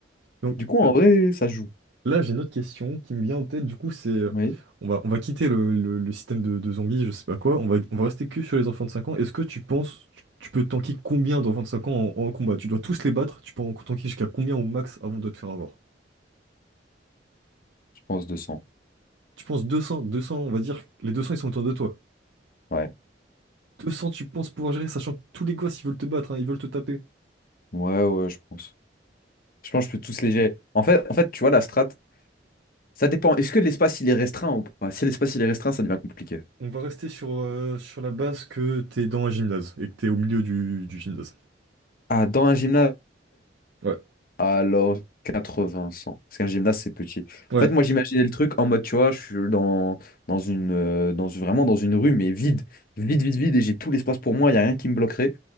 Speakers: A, on the right; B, on the left.
A: Donc
B: Du coup, en
A: l-
B: vrai, ça se joue.
A: là, j'ai une autre question qui me vient en tête. Du coup, c'est. euh,
B: Oui,
A: On va, on va quitter le, le- le système de, de zombies, je sais pas quoi. On va, on va rester que sur les enfants de 5 ans. Est-ce que tu penses. Tu, tu peux tanker combien d'enfants de 5 ans en, en combat? Tu dois tous les battre. Tu peux en tanker jusqu'à combien au max avant de te faire avoir?
B: je pense deux cents
A: Tu penses deux cents deux cents, on va dire. Les 200 ils sont autour de toi.
B: Ouais.
A: 200 tu penses pouvoir gérer, sachant que tous les gosses, ils veulent te battre, hein, ils veulent te taper.
B: Ouais, ouais, je pense. Je pense que je peux tous les gérer. En fait, en fait, tu vois, la strat. Ça dépend. Est-ce que l'espace il est restreint ou pas? Si l'espace il est restreint, ça devient compliqué.
A: On va rester sur, euh, sur la base que t'es dans un gymnase et que t'es au milieu du, du gymnase.
B: Ah, dans un gymnase,
A: Ouais,
B: alors 80, 100. Parce qu'un gymnase, c'est petit. En
A: ouais,
B: fait, moi, j'imaginais le truc en mode, tu vois, je suis dans, dans une, euh, dans une- vraiment dans une rue, mais vide. Vide, vide, vide. Et j'ai tout l'espace pour moi. Il n'y a rien qui me bloquerait.